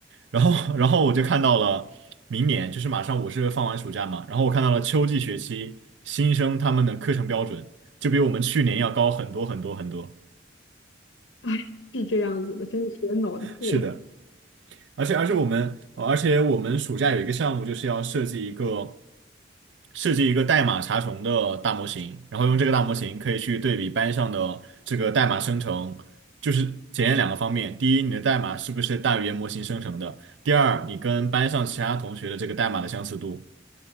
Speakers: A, on the right; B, on the left.
A: 然后，<laughs> 然后我就看到了明年，就是马上我是放完暑假嘛，然后我看到了秋季学期新生他们的课程标准就比我们去年要高很多很多很多。
B: 哎，是这样子的，真的是脑袋痛。
A: 是的，而且而且我们，呃而且我们暑假有一个项目就是要设计一个设计一个代码查重的大模型，然后用这个大模型可以去对比班上的这个代码生成，就是检验两个方面，第一，你的代码是不是大语言模型生成的，第二，你跟班上其他同学的这个代码的相似度。